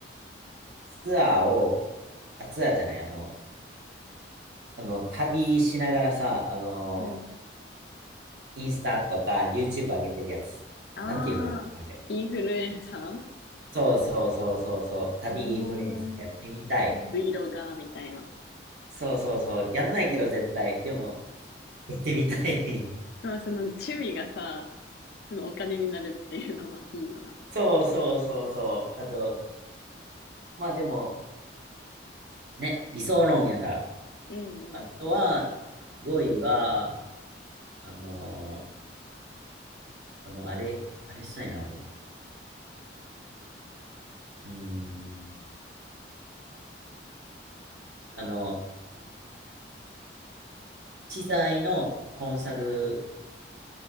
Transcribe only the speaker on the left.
うん。
ああ、
インフルエンサー
うーん。Vlogger みたいな。
まあ、その趣味がさ、そのお金になるっていうのはいいよな。
うんう